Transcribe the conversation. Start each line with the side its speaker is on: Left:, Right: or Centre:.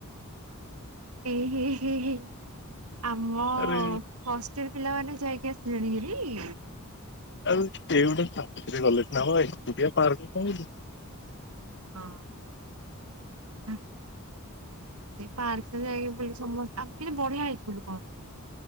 Right: <unintelligible> ଆମ
Left: ଆରେ
Right: ହଷ୍ଟେଲ ପିଲାମାନୋନ ଯାଇକି ଆସିଲେଣି ହେରି
Left: ଆଉ ସେ ଗୋଟେ ଚାରେ ଗଲେ ନା ଏଆ ପାର୍କ କ
Right: ହଁ ସେ ପାର୍କରେ ଯାଇକି ବୋଲି ସମସ୍ତେ ଆମ କେତେ ବଢିଆ ହେଇଛି ଲୋକ ଆଛନ୍ତି